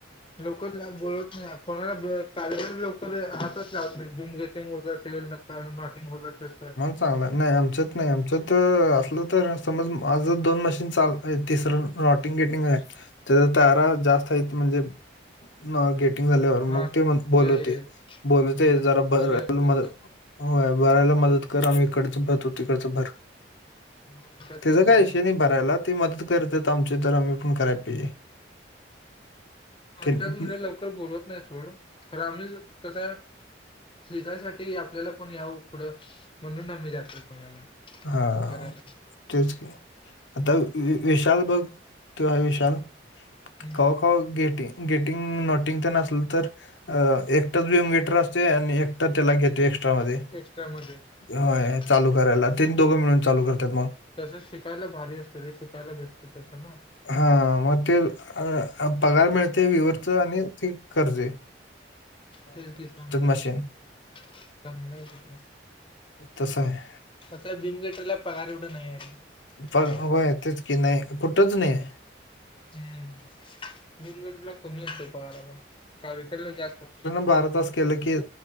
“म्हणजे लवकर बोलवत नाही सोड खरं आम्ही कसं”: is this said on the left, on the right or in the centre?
Left